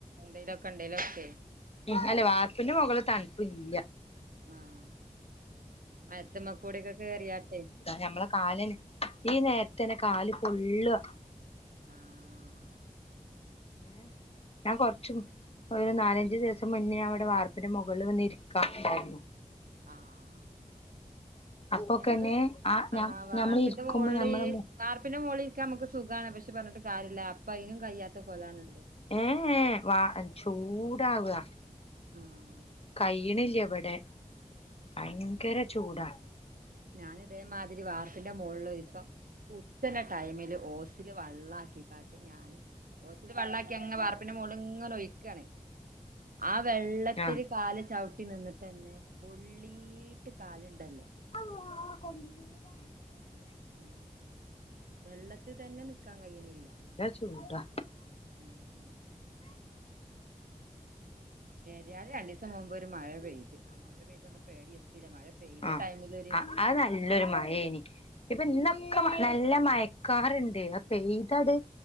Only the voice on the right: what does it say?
എന്തേലും ഒക്കെ ഇണ്ടേലൊക്കെ
ഉം മരത്ത് മ്മേക്കൂടിയൊക്കെ കേറിയാട്ടെ
ആഹ്
ആഹ്
ഞമ്മള്
ആഹ് വാർപ്പിന്റെ
മോളിൽ
വാർപ്പിന്റെ മോളിരിക്കാൻ അമ്മക്ക് സുഖാണ് പക്ഷേ പറഞ്ഞിട്ട് കാര്യല്ല അപ്പ അയിനും കയ്യാത്ത കോലാണ് ഇള്ളത്
ആഹ്
ഞാൻ ഇതേമാതിരി വാർപ്പിന്റെ മൊളിൽ ഒരു ദിവസം ഉ ച്ചന്റെ ടൈമില് ഓസില് വള്ളാക്കികാട്ട് ഞാൻ ഓസില് വെള്ളാക്കി അങ്ങനെ വാർപ്പിന്റെ മോളില് ഇങ്ങനെ ഒഴിക്കാണ് ആ വെള്ളത്തിൽ
കാല് ചവിട്ടി നിന്നിട്ട് തന്നെ പൊള്ളീട്ട് കാലുണ്ടല്ലോ
ഉം വെള്ളത്തിൽ തന്നെ നിക്കാൻ കഴിയിണില്ല
ഉം ഏതിയാലും രണ്ടീസം മുമ്പ് ഒരു മഴ പെയ്ത് ആ മഴ പെയ്ത് ഇതൊന്നും പ്പേടിം എത്തിയില്ല മഴ പെയ്ത
ടൈമില് ഒരു
ഉം